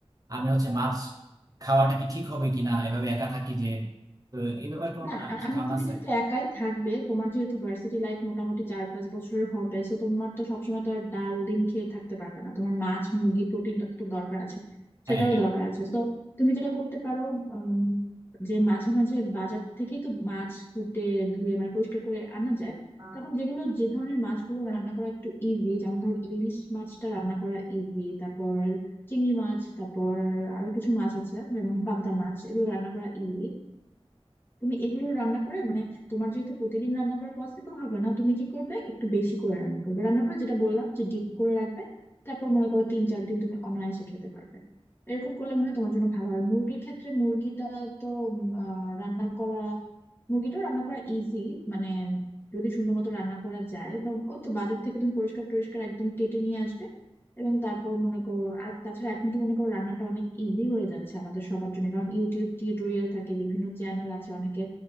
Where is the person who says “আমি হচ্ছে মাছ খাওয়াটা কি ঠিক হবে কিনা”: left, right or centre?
Right